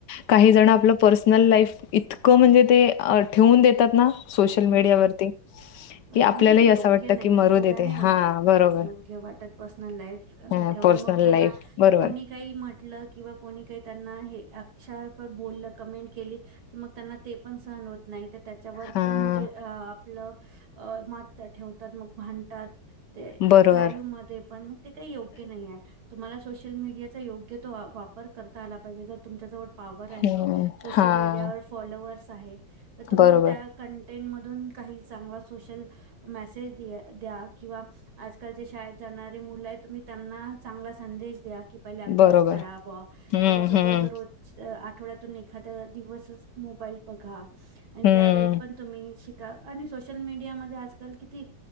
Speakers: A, on the left; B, on the right.
A: काही
B: हो.
A: जण आपल पर्सनल पर्सनल लाईफ इतकं म्हणजे ठेवून देतात ना सोशल
B: हं.
A: मीडियावरती
B: बरोबर
A: की आपल्यालाही
B: नाही ते योग्य
A: असं वाटतं,
B: नाहीे
A: की मरू
B: मला
A: दे ते
B: नाही वाटत
A: हां, बरोबर.
B: योग्य वाटत पर्सनल लाईफ
A: हां,
B: ठेव
A: पर्सनल
B: म त्याना
A: लाईफ बरोबर.
B: कोणी काही म्ह किंवा कोणी काही त्यांना हे अक्षरप बोललं कमेंट केली तर मग त्यांना ते पण सहन होत नाही तर त्याच्यावर
A: हां,
B: पण आपलं मत ठेवतात मग भांडतात ते
A: बरोबर.
B: लाईव्ह मध्ये पण म ते काही योग्य नाहीय तुम्हाला सोशल मीडियाचा योग्य तो वापर करता आला पाहिजे जर तुमच्या जवळ पावर आहे
A: हं,
B: सोशल
A: हां.
B: मीडियावर फॉलोवर्स आहे तर तुम्ही
A: बरोबर,
B: त्या कंटेंट मधून काही चांगला सोशल मेसेज द्या किंवा आजकालच्या शाळेत जाणारे मुलं आहेत तुम्ही त्यांना चांगला संदेश द्या. कि पहिले अभ्यास
A: बरोबर.
B: करा बॉ
A: हं,
B: त्याच्यासोबत
A: हं,
B: रोज थोड्यातून एखादा दिवसच मोबाईल बघा आणि
A: हं.
B: त्यावेळेत पण तुम्ही शिका आणि सोशल मीडिया मधे आजकाल किती